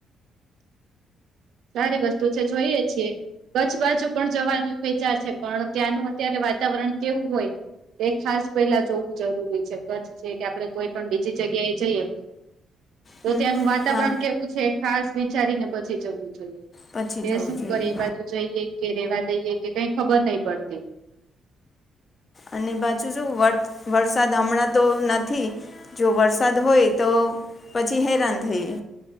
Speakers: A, on the right; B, on the left.
A: સારી વસ્તુ છે, જોઈએે છીએ કછ બાજુ પણ જવાનું વિચાર છે, પણ ત્યાંનું અત્યારે વાતાવરણ કેવું હોય એ ખાસ પેલા જોવું જરૂરી છે, કચ્છ છે, કે આપડે કોઈ પણ બીજી જગ્યા એ જઈએ તો
B: હમ
A: ત્યાંનું વાતાવરણ
B: હા
A: કેવું છે, ખાસ વિચારીને પછી જવું જોઈએ
B: પછી
A: કે
B: જવું
A: શું
B: જોઈએ
A: કરીએ બાજુ જઈએ કે રેવા દઈએ કે કઈ ખબર નઈ પડતી
B: અને બાછુ જો વટ વરસાદ હમણાં તો નથી જો વરસાદ હોય તો પછી હેરાન થઈએ